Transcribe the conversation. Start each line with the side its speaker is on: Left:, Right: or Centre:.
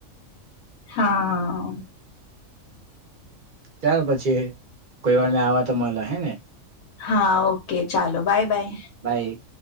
Left: હા.
Right: ચાલ પછી, કોઈ વાર મે આવા તો મલે હે ને.
Left: હા ઓકે ચાલો, બાય-બાય.
Right: બાય.